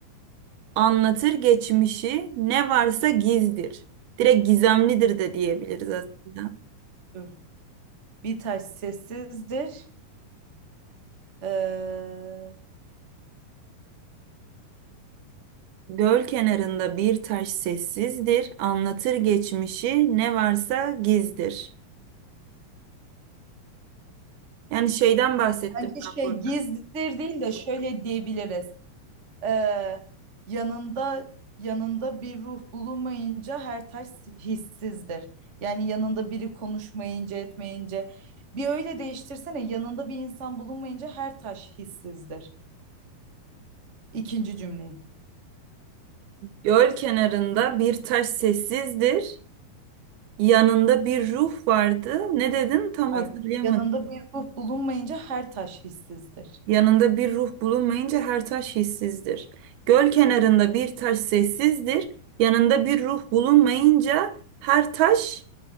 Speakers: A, on the right; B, on the right.
A: anlatır geçmişi ne varsa gizdir. Direkt gizemlidir de diyebiliriz aslında.
B: kenarı. Bir taş sessizdir. Eee
A: Göl kenarında bir taş sessizdir, anlatır geçmişi, ne varsa gizdir. Yani şeyden bahsettim
B: Bence
A: ben
B: şey
A: burada.
B: gizlidir değil de şöyle diyebiliriz. Ee, yanında yanında bir ruh bulunmayınca her taş hissizdir. Yani yanında biri konuşmayınca etmeyince bir öyle değiştirsene yanında bir insan bulunmayınca her taş hissizdir. İkinci cümleyi.
A: Göl kenarında bir taş sessizdir, yanında bir ruh vardı. Ne dedin? Tam
B: Hayır.
A: hatırlayamadım.
B: Yanında bir ruh bulunmayınca her taş hissizdir.
A: Yanında bir ruh bulunmayınca her taş hissizdir. Göl kenarında bir taş sessizdir, yanında bir ruh bulunmayınca her taş